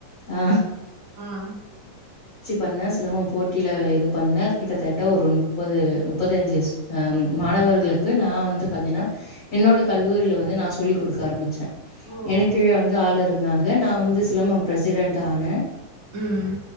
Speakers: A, on the left; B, on the right.
A: அ
B: ம்
A: பண்ண சிலம்ப போட்டியில இது பண்ண கிட்டத்தட்ட ஒரு முப்பது பத்தஞ்சு மாணவர்களுக்கு நா வந்து பாத்தீனா என்னோட கல்லூரில வந் து நா சொல்லி குடுக்க ஆரமிச்ச
B: ம்
A: எனக்கு வந்து ஆளு இருந்தாங்க நா வந்து சிலம்பம் ப்ரெசிடென்ட் ஆன
B: ம்